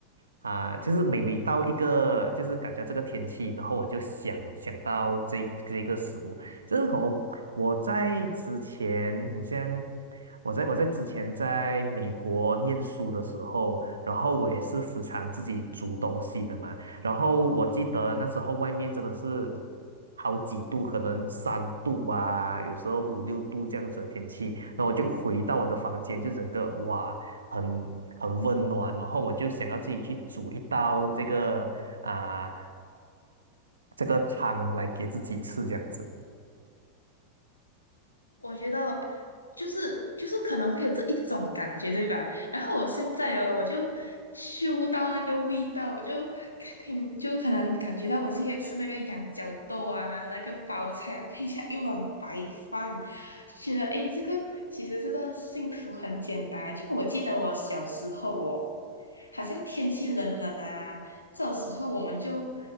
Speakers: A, on the right; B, on the left.
A: 啊、就是每每到一个就是感觉这个天气，然后我就想想到这这个食物。这是我在之前，你像我在我在之前在美国念书的时候，然后我也是时常自己煮东西的嘛。然后我记得那时候外面真的是好几度，可能三度啊，有时候五六度这样子的天气。那我就回到我的房间，就整个哇，很很温暖。然后我就想要自己去煮一道这个啊、这个汤来给自己吃这样子。
B: 我觉得就是就是可能会有这一种感觉，对吧？然后我现在哦，我就嗅到那个味道，我就听就可能感觉到我自己在吃那个羊角豆啊，那个包菜啊配下一碗白饭，就觉得诶，这个其实这个幸福很简单。就我记得我小时候哦，好像天气冷冷啊。这种时候我们就